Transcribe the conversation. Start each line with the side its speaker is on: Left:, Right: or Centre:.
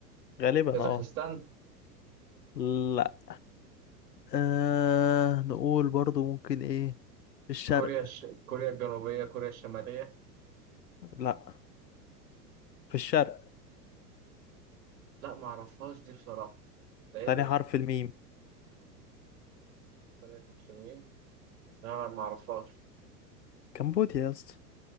Left: غالبا
Right: كازاخستان
Left: اه لا آه نقول برضو ممكن ايه في الشرق
Right: كوريا الش... كوريا الجنوبية كوريا الشمالية
Left: لا في الشرق
Right: لا ما أعرفهاش دي بصراحة ده إيه
Left: تاني
Right: ده؟
Left: حرف الميم
Right: كوريا المسلمين لا لا ما أعرفهاش
Left: كمبوديا يا اسطى